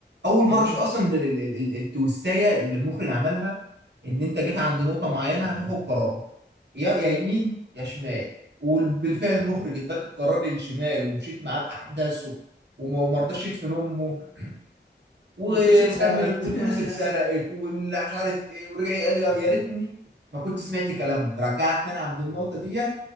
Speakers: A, on the right; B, on the left.
A: أول مرة
B: جميلة
A: أشوف أصلا ال- ال- ال- ال- التويستاية اللي المخرج عملها إن أنت جيت عند نقطة معينة هتاخد قرار يا يا يمين يا شمال وبالفعل المخرج اداك القرار للشمال ومشيت معاه بأحداثه وما وما رضاش يدفن أمه وكمل
B: والفلوس اتسرقت
A: والفلوس
B: <laughs>
A: اتسرقت واللي مش عارف ايه ورجع قال لي يا يا ريتني ما كنت سمعت كلامه رجعك تاني عند النقطه ديت